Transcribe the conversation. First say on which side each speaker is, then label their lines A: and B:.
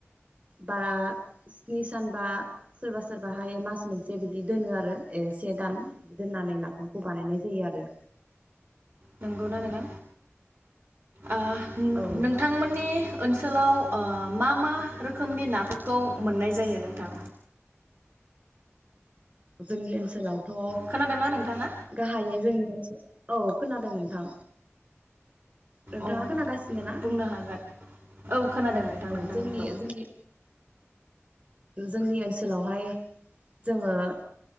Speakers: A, on the right (about 40°); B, on the right (about 55°).
A: बारा स्नि सानबा सोरबा सोरबाहाय मास मोनसे बिदि दोनो आरो ओ से दान बिदि दोननानै नाफामखौ बानायनाय जायो आरो।
B: नंगौना नोंथां? ओ नो
A: औ
B: नोंथांमोननि ओनसो सोलाव ओ मा मा रोखोमनि नाफोरखौ मोननाय जायो नोंथां?
A: जोंनि ओनसोलाव थ'
B: खोनादोंना नोंथाङा
A: गाहायै जोंनि औ खोनादों नोंथां। नोंथाङा
B: औ
A: खोनागासिनो ना?
B: बुंनो हागोन औ खोनादों नोंथां
A: अ'
B: नोंथांनिखौ
A: जोंनि जोंनि जोंनि ओनस लावहाय जोंङो ।